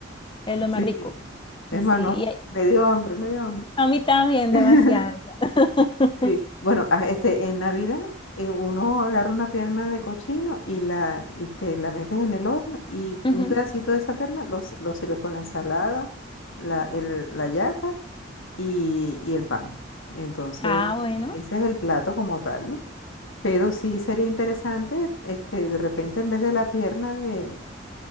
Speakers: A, on the left (about 25°); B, on the left (about 85°).
A: Es lo más
B: Sí,
A: rico.
B: es más,
A: Sí,
B: no,
A: y
B: me dio hambre, me dio hambre.
A: a mí también
B: <laughs>
A: demasiado. <laughs>
B: Sí, bueno, ah, este, en Navidad eh, uno agarra una pierna de cochino y la, este, la metes en el horno y
A: Ujú.
B: un pedacito de esa pierna lo, s- lo sirves con la ensalada, la, el- la yaca y, y el pan. Entonces,
A: Ah,
B: e-
A: bueno,
B: ese es el plato como tal, ¿no? Pero sí sería interesante, este, de repente en vez de la pierna de